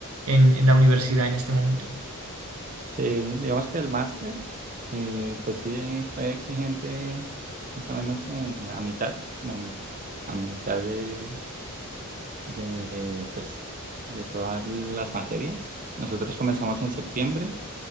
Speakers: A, on the right (about 80°); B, on the right (about 40°).
A: en en la universidad en este momento?
B: Sí, digamos que el máster, eh, pues sí eh, fue exigente más o menos en, a mitad, como a, mi- a mitad de, de, pues, de todas las materias. Nosotros comenzamos en septiembre,